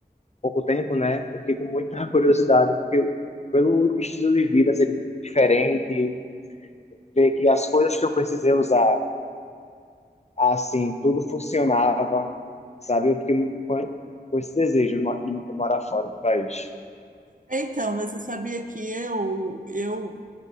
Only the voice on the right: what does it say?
É, Então, mas você sabia que eu, eu